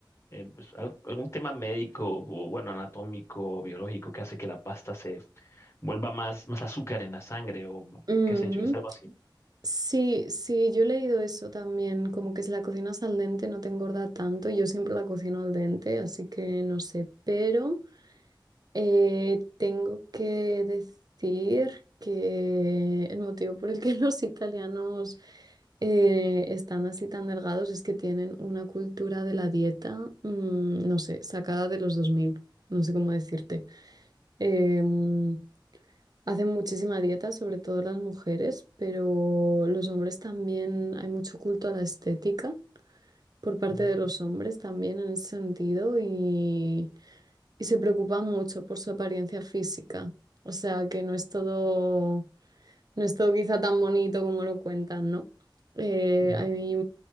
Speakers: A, on the left; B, on the right.
A: eh, pues, al- algún tema médico o bueno, anatómico, biológico que hace que la pasta se vuelva más, más azúcar en la sangre o
B: Mm,
A: qué sé yo, es algo así.
B: sí, sí, yo he leído eso también, como que si la cocinas al dente no te engorda tanto, y yo siempre la cocino al dente, así que no sé, pero eh, tengo que decir que el motivo por el que <laughs> los italianos eh, están así tan delgados es que tienen una cultura de la dieta, mm, no sé, sacada de los dos mil no sé cómo decirte. em, Hacen muchísima dieta, sobre todo las mujeres, pero los hombres también, hay mucho culto a la estética por parte
A: Mm.
B: de los hombres también en ese sentido y, y se preocupan mucho por su apariencia física. O sea que no es todo, no es todo quizá tan bonito como lo cuentan, ¿no? Eh,
A: Ujú.
B: hay,